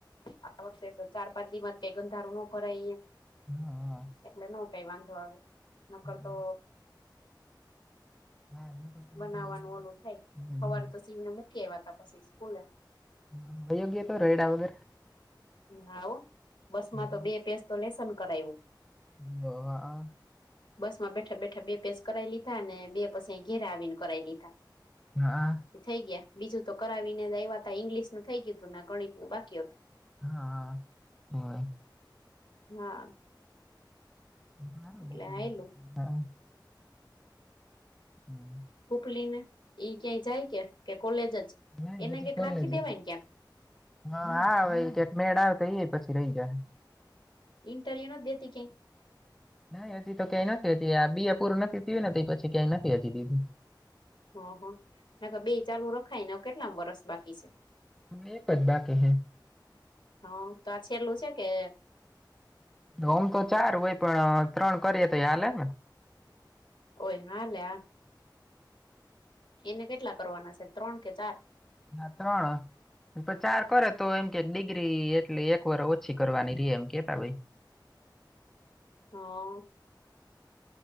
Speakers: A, on the left; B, in the centre.
A: આ વર્ષે તો ચાર પાંચ <unintelligible> ન ભરાય એમ.
B: હા હા
A: એટલે ન કઈ વાંધો આવે, નકર
B: હા
A: તો.
B: હા નકર તો
A: બનાવાનું
B: વળી.
A: ઓલું થાય,
B: હમ હમ
A: સવારે તો શિવને મૂકી આવ્યા હતા પછી સ્કૂલે.
B: <unintelligible>
A: <unintelligible> બસમાં
B: હા
A: તો બે પેજ તો લેસન કરાયવું.
B: <inaudible>
A: બસમાં બેઠા બેઠા બે પેજ કરાય લીધા, અને બે પછી ઘેરે આવીને કરાવી લીધા.
B: હા.
A: થઈ ગયા, બીજું તો કરાવીને આવ્યા હતા ઈંગ્લિશનું થઈ ગયું હતું અને આ ગણિતનું બાકી હતું.
B: હા, હા.
A: હા.
B: <unintelligible>
A: એટલે આયલું
B: હમ્મ.
A: <unintelligible> ને એ ક્યાંય જાય કે કે કોલેજ જ.
B: નઈ,
A: એને
B: હજી
A: કઈક
B: કોલેજે.
A: રાખી દેવાય ને ક્યાંક
B: હા, આવ એ કંઈક મેળા જઈએ પછી રહી ગયા.
A: ઇન્ટરયા ન દેતી કઈ.
B: નઈ હજી તો ક્યાંય નથી <unintelligible> પૂરું નથી થયું ને, તો પછી ક્યાંય નથી હજી દીધું.
A: ઓહ, <unintelligible> ને કેટલામુ વર્ષ બાકી છે.
B: હવે એક જ બાકી છે.
A: હા, તો આ છેલ્લું છે કે.
B: ઓમ તો ચાર હોય, પણ ત્રણ કરીએ તો હાલે.
A: ઓય <unintelligible> એને કેટલા કરવાના છે, ત્રણ કે ચાર.
B: અ ત્રણ. એમ તો ચાર કરે તો એમ કે ડિગ્રી એટલે, એક વર્ષ ઓછી કરવાની રહે એમ કેતા હોય. <inaudible>
A: હ.